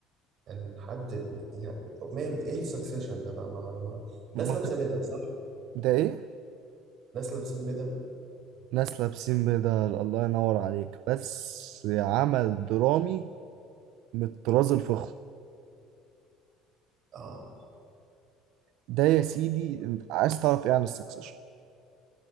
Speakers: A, on the right; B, on the right.
A: كان حد بي- يعني ماله ايه السكسيشن ده بقى مع مع-
B: ما-
A: ناس لابسه بدل صح
B: ده ايه
A: ناس لابسين بدل
B: ناس لابسين بدل الله ينور عليك بس عمل درامي من الطراز الفخم
A: اه
B: ده يا سيدي انت عايز تعرف ايه عن السكسيشن